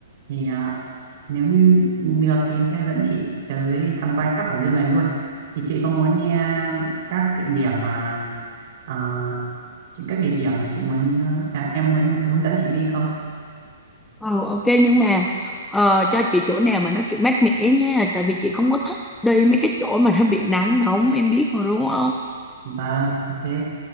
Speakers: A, on the right; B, in the centre.
A: thì à, nếu như được thì em sẽ dẫn chị tới tham quan khắp Hải Dương này luôn thì chị có muốn nghe các địa điểm mà à, chị các địa điểm mà chị muốn à, em muốn hướng dẫn chị đi không?
B: Ừ, ok nhưng mà ờ, cho chị chỗ nào mà nó kiểu mát mẻ nha tại vì chị không có thích đi mấy cái chỗ mà nó bị nắng nóng em biết mà đúng không
A: Vâng, ok.